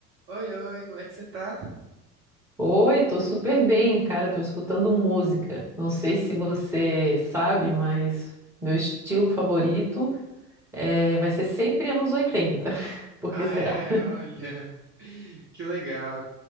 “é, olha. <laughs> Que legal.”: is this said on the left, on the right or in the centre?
Right